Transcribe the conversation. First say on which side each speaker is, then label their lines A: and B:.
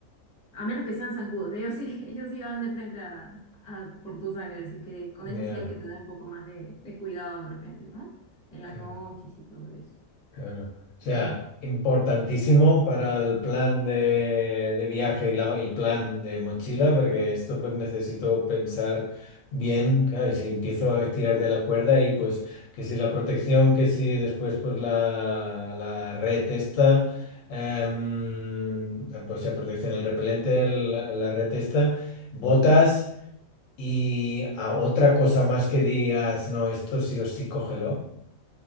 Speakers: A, on the left; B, on the left.
A: A menos que sean zancudos. Ellos sí, <laughs> ellos sí van de frente a, a por tu sangre. Así que con eso
B: ya,
A: sí hay que tener un poco más de, de cuidado de repente, ¿no? En las
B: claro,
A: noches y todo eso.
B: claro. O
A: Sí.
B: sea, importantísimo para el plan de, de viaje y la- el plan de mochila, porque esto pues necesito pensar bien, claro, y si empiezo a tirar de la cuerda y pues que si la protección, que si después pues la, la red esta, em, pues la protección, el repelente, el- la red esta, botas y a otra cosa más que digas, no, esto sí o sí cógelo.